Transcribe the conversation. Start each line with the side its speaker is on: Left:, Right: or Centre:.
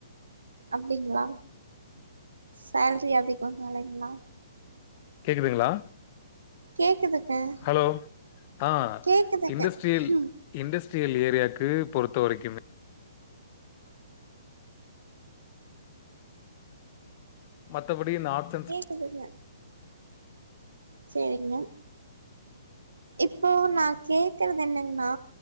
Right: அப்டிங்களா சேல்ரி அதிகம் அதனாலைங்களா
Left: கேக்குதுங்ளா
Right: கேக்குதுங்க
Left: ஹலோ ஆ
Right: கேக்குதுங்க
Left: இண்டஸ்ட்ரியல்
Right: ம்
Left: இண்டஸ்ட்ரியல் ஏரியாவுக்கு பொறுத்த வரைக்கிமே மத்தபடி நாட்
Right: கேக்குதுங்க சேரிங்க இப்போ நா கேக்குறது என்னங்னா